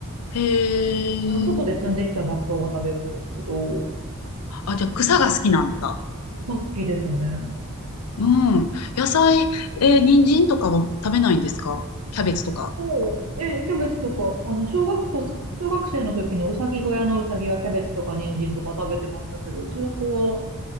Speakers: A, on the left (about 85°); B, on the right (about 85°).
A: へえ。
B: あの、外で摘んできた雑草は食べるんですけど、
A: あ、じゃあ草が好きなんだ。
B: 草好きですね。
A: うん。野菜、えー人参とかは食べないんですかキャベツとか。
B: そう。で、キャベツとか、あの、小学校、小学生の時のうさぎ小屋のうさぎはキャベツとか人参とか食べてましたけど、うちの子は